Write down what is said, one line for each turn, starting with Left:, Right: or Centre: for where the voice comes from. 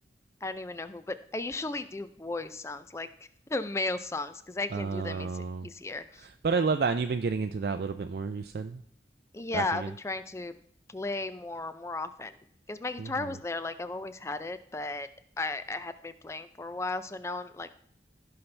Left: I don't even know who, but I usually do voice songs, like <laughs> male songs, because I can
Right: Oh. Uh,
Left: do them easy easier.
Right: But I love that, and you've been getting into that a little bit more, you said?
Left: Yeah,
Right: Back again.
Left: I've been trying to play more more often because my guitar
Right: hmm
Left: was there, like I've always had it, but I I hadn't been playing for a while, so now I'm like,